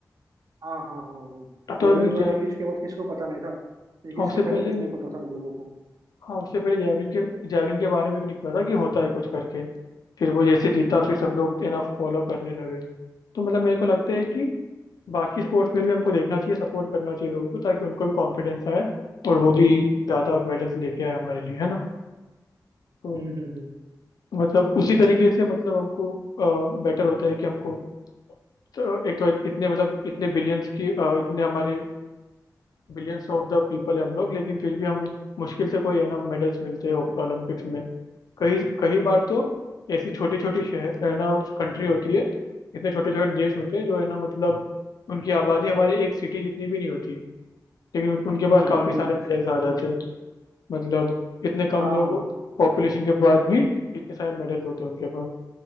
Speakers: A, on the right; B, on the left.
A: हाँ हाँ हाँ हाँ
B: तो
A: जैवलिन
B: अभी
A: द्वारा
B: जैव
A: इक्कीस के बाद किसी को पता नहीं था इक्कीस
B: हाँ, उससे
A: के पहले
B: पहले
A: कुछ नहीं पता था लोगों को
B: हाँ उससे पहले जैवलिन के जैवलिन के बारे में भी नहीं पता था कि होता है कुछ करके फिर वो जैसे जीता
A: हम्म
B: फिर सब लोग इतना फॉलो करने लगे तो मतलब मेरे को लगता है कि बाकी स्पोर्ट्स में भी हमको देखना चाहिए सपोर्ट करना चाहिए लोगों को ताकि उनको भी कॉन्फिडेंस आए और वो भी ज़्यादा मेडल्स लेके आए हमारे लिए है ना तो
A: हम्म हम्म
B: मतलब उसी तरीके से मतलब हमको बेटर होता है कि हमको तो एक तो इतने मतलब इतने बिलियंस की अ, इतने हमारे बिलियंस ऑफ द पीपल है हम लोग लेकिन फिर भी हमें मुश्किल से कोई है ना मेडल्स मिलते हैं ओलंपिक्स में कई कई बार तो ऐसी छोटी छोटी शहर है ना कंट्री होती है इतने छोटे छोटे देश होते हैं जो है ना मतलब उनकी आबादी हमारी एक सिटी जितनी भी नहीं होती लेकिन उन- उनके पास
A: हम्म हम्म,
B: काफी
A: हम्म, हम्म।
B: सारे
A: हम्म।
B: मेडल्स आ जाते हैं मतलब इतने कम
A: हाँ
B: लोग
A: हाँ
B: पॉपुलेशन के बाद भी इतने सारे मेडल्स होते हैं उनके पास